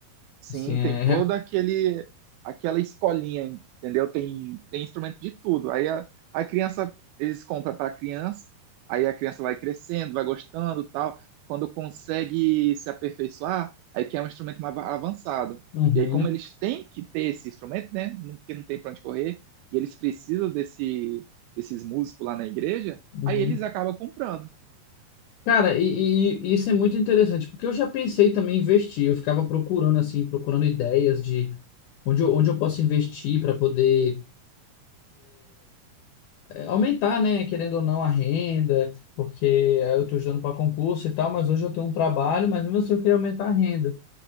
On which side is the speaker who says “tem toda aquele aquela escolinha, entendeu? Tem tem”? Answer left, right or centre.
Right